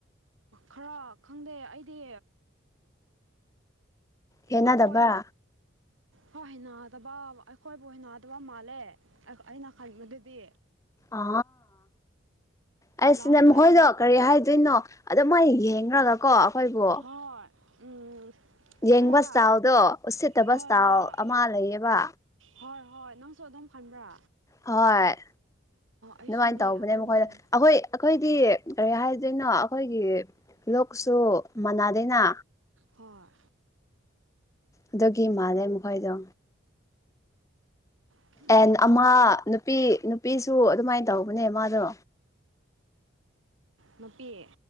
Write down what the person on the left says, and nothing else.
ꯍꯦꯟꯅꯗꯕ꯭ꯔꯥ
ꯑ ꯑꯩ
ꯁꯤꯅꯦ
ꯃꯈꯣꯏꯗꯣ ꯀꯔꯤ ꯍꯥꯏꯗꯣꯏꯅꯣ ꯑꯗꯣ ꯃꯣꯏ ꯌꯦꯡꯈ꯭ꯔꯒ ꯀꯣ ꯑꯩꯈꯣꯏꯕꯨ
ꯌꯦꯡꯕ
ꯏꯁꯇꯥꯏꯟꯗꯣ ꯎꯁꯤꯠꯇꯕ
ꯏꯁꯇꯥꯏꯟ
ꯑꯃ ꯂꯩꯌꯦꯕ
ꯍꯣꯏ
ꯑꯗꯨꯃꯥꯏꯅ ꯇꯧꯕꯅꯦ
ꯃꯈꯣꯏꯗ
ꯑꯩꯈꯣꯏ ꯑꯩꯈꯣꯏꯗꯤ ꯀꯔꯤ ꯍꯥꯏꯗꯣꯏꯅꯣ ꯑꯩꯈꯣꯏꯒꯤ ꯂꯣꯛꯁꯨ ꯃꯥꯟꯅꯗꯅ
ꯑꯗꯨꯒꯤ ꯃꯥꯜꯂꯦ ꯃꯈꯣꯏꯗꯣ
ꯑꯦꯟ
ꯑꯃ ꯅꯨꯄꯤ ꯅꯨꯄꯤꯁꯨ ꯑꯗꯨꯃꯥꯏꯅ ꯇꯧꯕꯅꯦ ꯃꯥꯗꯣ